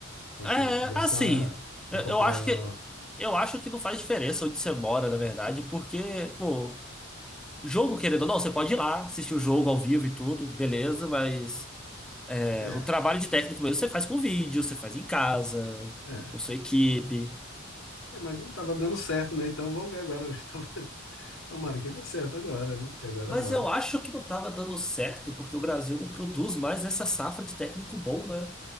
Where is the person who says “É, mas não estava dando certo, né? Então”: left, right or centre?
Left